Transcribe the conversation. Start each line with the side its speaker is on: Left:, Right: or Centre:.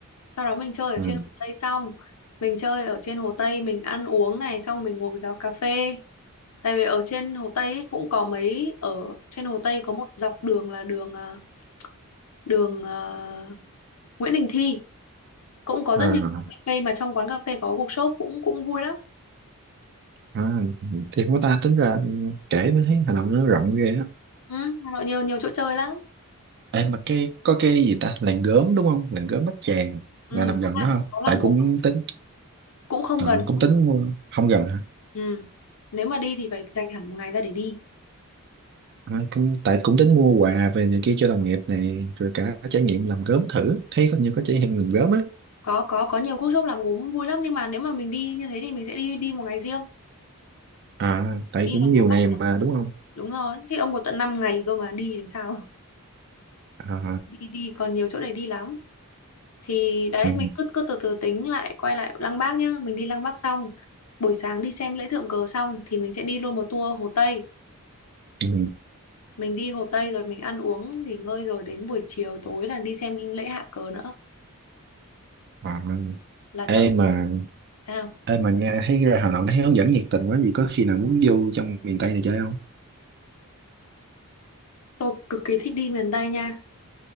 Left: sau đó mình chơi ở
Right: ừ.
Left: trên Hồ Tây xong mình chơi ở trên Hồ Tây mình ăn uống này xong mình ngồi vào cà phê tại vì ở trên Hồ Tây ấy cũng có mấy ở trên Hồ Tây có một dọc đường là đường ờ, đường ờ, Nguyễn Đình Thi cũng có
Right: à
Left: rất nhiều quán cà phê mà trong quán cà phê có workshop cũng cũng vui lắm
Right: À, thì của ta tính ra kể mới thấy Hà Nội nó rộng ghê á.
Left: ừ, Hà Nội nhiều nhiều chỗ chơi lắm
Right: Em mà cái có cái gì ta làng gốm đúng không? Làng gốm Bát Tràng
Left: ừ,
Right: là nằm
Left: có
Right: gần
Left: làng
Right: đó không?
Left: có làng
Right: Tại
Left: Gốm
Right: cũng tính
Left: cũng không
Right: à,
Left: gần
Right: cũng
Left: đâu.
Right: tính mua không gần hả?
Left: ừ. nếu mà đi thì phải dành hẳn một ngày ra để đi
Right: À, cũng tại cũng tính mua quà về này kia cho đồng nghiệp này rồi cả trải nghiệm làm gốm thử thấy có nhiều có trải nghiệm làm gốm á
Left: có có có nhiều workshop làm gốm vui lắm nhưng mà nếu mà mình đi như thế thì mình sẽ đi đi một ngày riêng
Right: à tại
Left: đi
Right: cũng
Left: là có
Right: nhiều ngày mà đúng không
Left: Đúng rồi, thì ông có tận 5 ngày cơ mà đi làm sao? <laughs>
Right: à,
Left: Đi đi còn nhiều chỗ để đi lắm. Thì đấy
Right: ừ,
Left: mình cứ cứ từ từ tính lại quay lại Lăng Bác nhá, mình đi Lăng Bác xong, buổi sáng đi xem lễ thượng cờ xong thì mình sẽ đi luôn một tour Hồ Tây.
Right: ừ,
Left: Mình đi Hồ Tây rồi mình ăn uống nghỉ ngơi rồi đến buổi chiều tối là đi xem lễ hạ cờ nữa,
Right: à.
Left: là chọn
Right: Ê mà
Left: sao?
Right: ê mà nghe thấy ra Hà Nội nó thấy hướng dẫn nhiệt tình quá gì có khi nào muốn vô trong miền Tây này chơi không
Left: Tôi cực kỳ thích đi miền Tây nha.